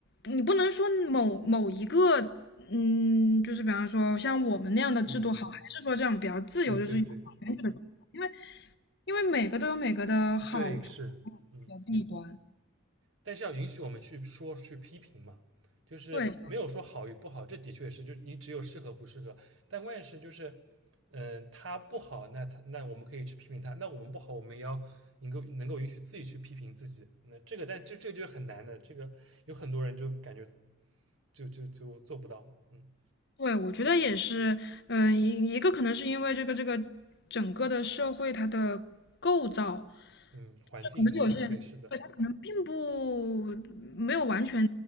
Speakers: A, on the left; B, on the right.
A: 你不能说某某一个，嗯，就是比方说像我们那样的制度好，
B: 嗯，
A: 还是说这样比较自由，
B: 对对
A: 就是有选举的。因为。因为每个都有每个的好处
B: 对是的，对是嗯。
A: 和弊端。
B: 但是要允许我们去说去批评嘛，就是没有说好与不好，
A: 对
B: 这的确是，就你只有适合不适合。但关键是就是，嗯、呃他不好，那他那我们可以去批评他，那我们不好，我们也要能够能够允许自己去批评自己。那这个，但这这个就是很难的，这个有很多人就感觉就就就做不到。嗯
A: 对，我觉得也是，嗯、一一个可能是因为这个这个整个的社会它的构造，
B: 嗯，环境影响，
A: 可能有些人可能并不没有完全
B: 对，是的，